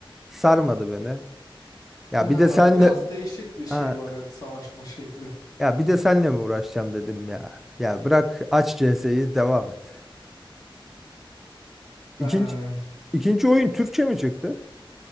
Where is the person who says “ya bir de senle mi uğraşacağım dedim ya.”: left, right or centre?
Centre